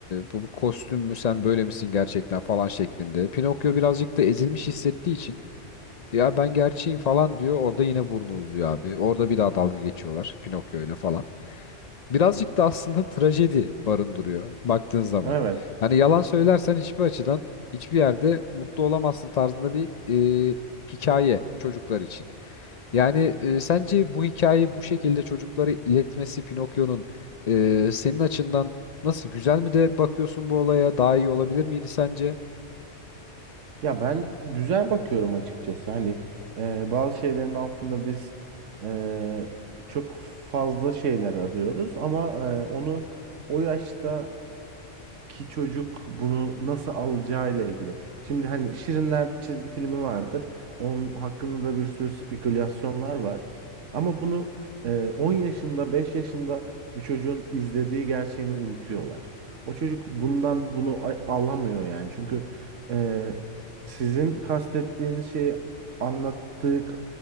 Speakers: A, on the left; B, on the right.
A: bu, bu kostüm mü sen böyle misin gerçekten falan şeklinde. Pinokyo birazcık da ezilmiş hissettiği için ya ben gerçeğim falan diyor orada yine burnu uzuyor abi. Orada bir daha dalga geçiyorlar Pinokyo ile falan birazcık da aslında trajedi barındırıyor baktığın zaman.
B: Evet.
A: Hani yalan söylersen hiçbir açıdan hiçbir yerde mutlu olamazsın tarzında bir e, hikaye çocuklar için. Yani e, sence bu hikayeyi bu şekilde çocuklara iletmesi Pinokyo'nun e, senin açından nasıl güzel mi de bakıyorsun bu olaya daha iyi olabilir miydi sence?
B: Ya ben güzel bakıyorum açıkçası. Hani e, bazı şeylerin altında biz e, çok fazla şeyler arıyoruz ama e, onu o yaşta ki çocuk bunu nasıl alacağıyla ilgili. Şimdi hani Şirinler çizgi filmi vardır. Onun hakkında da bir sürü spekülasyonlar var. Ama bunu e, 10 yaşında, 5 yaşında bir çocuğun izlediği gerçeğini unutuyorlar. O çocuk bundan bunu a- alamıyor yani. Çünkü e, sizin kastettiğiniz şeyi anlattığı k-